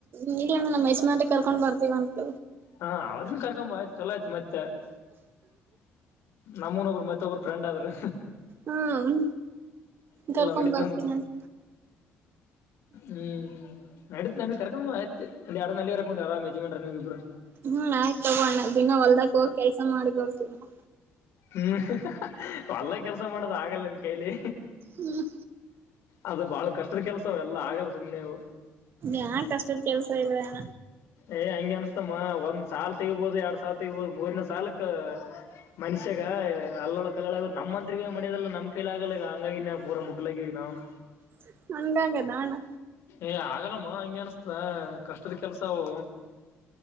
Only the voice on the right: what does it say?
ನೀವೇನಾ ನಮ್ಮ ಯಜಮಾನ್ರಿಗೆ ಕರ್ಕೊಂಡ ಬರ್ತೀವ ಅಂತ
ಹ್ಮ್ ಕರ್ಕೊ
ಬರ್ತೀನ
ಆಯ್
ಹ್ಮ್ ಆಯಕ್ ತಗೋಣ ದಿನ ಹೊಲ್ದಕ್ ಹೋಗಿ ಕೆಲ್ಸ ಮಾಡಿ ಬರ್ತು ಅಣ್ಣಾ.
ಹ್ಮ್.
ಯಾನ್ ಕಷ್ಟದ ಕೆಲ್ಸ ಇಲ್ವಣ.
<inaudible> ಹಂಗಾಗದ ಅಣ್ಣ